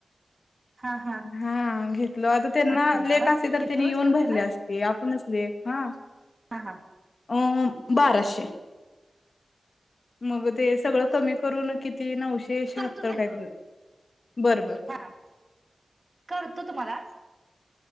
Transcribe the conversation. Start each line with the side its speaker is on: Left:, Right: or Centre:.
Right: हा, हा
Left: हा घेतल आता त्यांना
Right: आत्तीला
Left: लेक
Right: व्हय
Left: आसती तर
Right: किती
Left: तेनी
Right: बसलं
Left: येऊन भरले
Right: त्याला
Left: असते आ पणच लेक हा
Right: हा हा
Left: अ बाराशे मग ते
Right: हा
Left: सगळ कमी करून किती नऊशे शहात्तर
Right: करतो हा
Left: काय तर बर बर
Right: हा करतो तुम्हाला